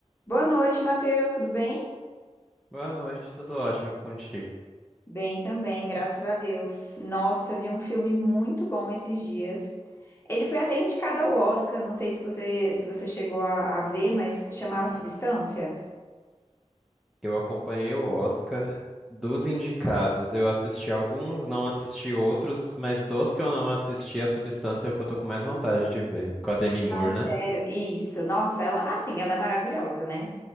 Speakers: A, on the left; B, in the centre.
A: Boa noite, Matheus, tudo bem?
B: Boa noite, tudo ótimo e contigo.
A: Bem também, graças a Deus. Nossa, vi um filme muito bom esses dias. Ele foi até indicado ao Oscar, não sei se você se você chegou a, a ver, mas chamava Substância.
B: Eu acompanhei o Oscar dos indicados. Eu assisti alguns, não assisti outros, mas dos que eu não assisti, a substância é o que eu tô com mais vontade de ver. Com a Demi Moore,
A: Sério,
B: né?
A: isso. Nossa, ela, assim, ela é maravilhosa, né?